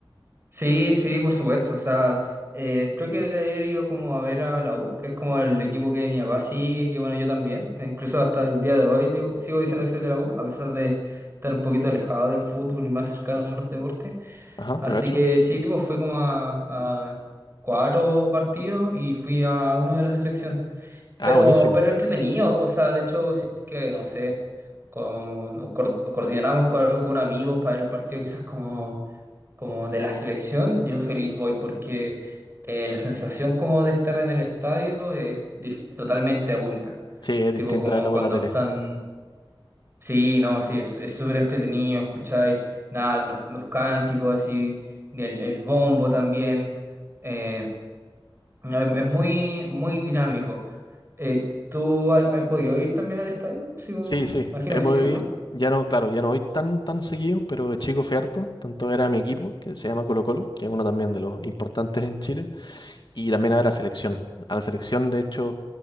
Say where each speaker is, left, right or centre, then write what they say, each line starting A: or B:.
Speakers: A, on the right; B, on the left.
A: Sí, sí, por supuesto. O sea, eh, creo que de ayer iba como a ver a la U, que es como el equipo que mi papá sigue, que bueno, yo también. E Incluso hasta el día de hoy digo- sigo diciendo que soy de la U, a pesar de estar un poquito alejado del fútbol y más cercano a los deportes.
B: Ajá,
A: Así
B: te cacho.
A: que sí, pues fui como a, a cuatro partidos y fui a uno de la selección.
B: Ah,
A: Pero,
B: buenísimo.
A: pero entretenido, o sea, de hecho, si es que, no sé, con, o cor- o coordinamos con algo con amigos para el partido quizás como, como de la selección, yo feliz voy porque eh, la sensación como de estar en el estadio es dif- totalmente única.
B: Sí, es
A: Tipo
B: distinta
A: como
B: verlo por
A: cuando
B: la tele.
A: están, sí, no, sí, es es súper entretenido, escucháis, nada, los, los cánticos así, el, el bombo también, eh, no, es, es muy, muy dinámico. Eh, ¿tú has, has podido ir también al estadio? Así como,
B: Sí, sí,
A: imagino
B: he
A: que
B: podido
A: sí, ¿o
B: ir.
A: no?
B: Ya no, claro, ya no voy tan, tan seguido, pero de chico fui harto. Tanto era mi equipo, que se llama Colo Colo, que es uno también de los importantes en Chile, y también a la selección. A la selección, de hecho,